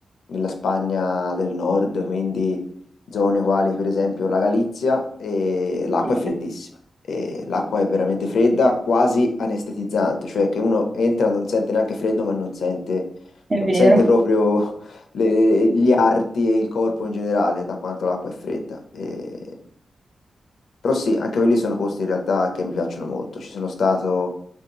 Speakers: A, on the left; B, on the right.
A: nella Spagna del nord, quindi zone quali per esempio la Galizia, e l'acqua
B: Sì,
A: è freddissima. E l'acqua è veramente fredda, quasi anestetizzante, cioè che uno entra non sente neanche freddo, ma non sente
B: è vero,
A: non sente proprio le- gli arti e il corpo in generale, da quanto l'acqua è fredda. E- Però sì, anche quelli sono posti in realtà che mi piacciono molto. Ci sono stato